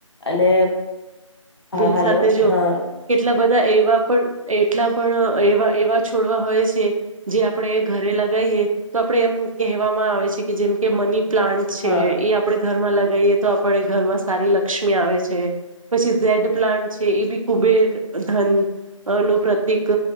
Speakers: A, on the left; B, on the right.
A: અને
B: બિલ
A: હાલો
B: સાથે જો
A: હા
B: કેટલા બધા એવા પણ એટલા પણ એવા એવા છોડવા હોય છે જે આપણેે ઘરે લગાવ એ તો આપડે એમ કહેવામાં આવે છે કે જેમ કે મની પ્લાન્ટ છે
A: હા
B: એ આપડણે ઘરમાં લગાવએ તો આપણે ઘરમાં સારી લક્ષ્મી આવે છે પછી ઝેડ પ્લાન્ટ છે એ બી કુબેર ધન નું પ્રતિક